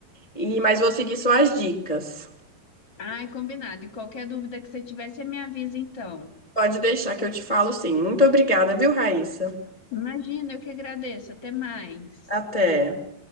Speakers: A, on the left (about 20°); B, on the left (about 40°).
A: e mas vou seguir só as dicas.
B: Ai, combinado. E qualquer dúvida que você tiver, você me avisa então.
A: Pode deixar que eu te falo sim. Muito obrigada, viu, Raíssa?
B: Imagina, eu que agradeço. Até mais.
A: Até.